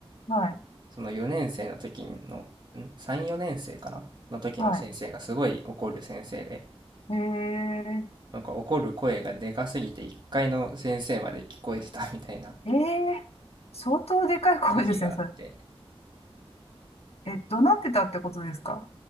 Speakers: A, on the left (about 75°); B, on the right (about 45°).
A: はい、
B: その4年生の時の、ん ?3、4年生かなの時の先生がすごい怒る先生で、
A: はい。え
B: なんか怒る声がでかすぎて1階の先生まで聞こえてたみたいな
A: ー、えー、相当でかい声ですね、
B: <laughs> 時があって、
A: それ。え、怒鳴ってたってことですか